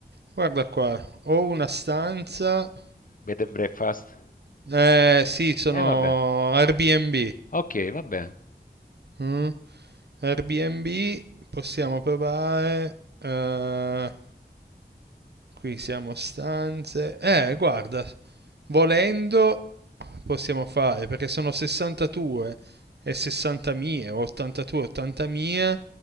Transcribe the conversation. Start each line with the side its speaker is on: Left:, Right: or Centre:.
Right: Guarda qua, ho una stanza...
Left: Bed and breakfast?
Right: Eh sì, sono
Left: Eh vabbè,
Right: Airbnb.
Left: okay, vabbè,
Right: Mm? Airbnb, possiamo provare... eh, Qui siamo stanze. Eh, guarda, volendo possiamo fare perché sono 62 e 60 mie, 82, 80 mie,